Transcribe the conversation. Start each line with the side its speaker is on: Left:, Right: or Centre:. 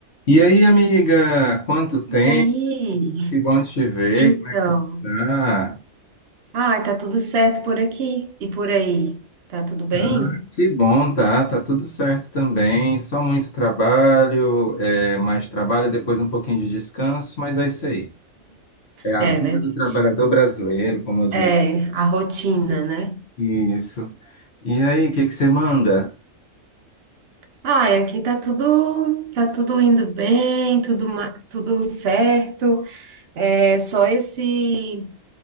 Left: E aí, amiga, quanto tempo?
Right: E aí?
Left: Que bom te ver,
Right: Então.
Left: como é que você está?
Right: Ah, tá tudo certo por aqui e por aí. Tá tudo bem?
Left: Ah, que bom, tá? Tá tudo certo também, só muito trabalho, é, mais trabalho, depois um pouquinho de descanso, mas é isso aí. É a
Right: É
Left: vida
Right: verdade.
Left: do trabalhador brasileiro, como eu digo.
Right: É, a rotina, né?
Left: Isso. E aí, o que que você manda?
Right: Ah, e aqui tá tudo, tá tudo indo bem, tudo, ma- tudo certo. É só esse